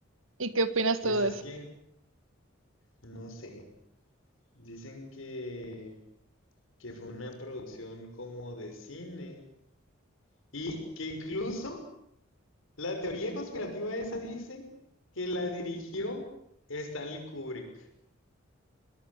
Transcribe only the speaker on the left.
Pues
es
que, no sé, dicen que, que fue una producción como de cine y que incluso... La teoría conspirativa esa dice que la dirigió Stanley Kubrick.